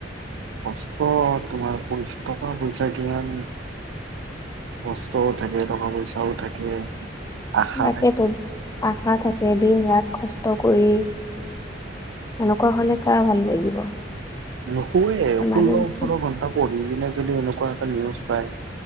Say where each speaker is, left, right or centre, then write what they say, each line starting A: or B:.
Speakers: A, on the right; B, on the left.
A: কষ্ট তোমাৰ পইচা টকা পইচা কিমান কষ্টও থাকে টকা পইচাও থাকে আশা
B: তকেটো আশা থাকে দিন ৰাত কষ্ট কৰি এনেকুৱা হলে কাৰ ভাল লাগিব
A: নকৰুৱে ষোল্ল
B: মানুহ
A: ওঠৰ ঘণ্টা পঢ়ি কিনে যদি এনেকুৱা এটা নিউজ পায়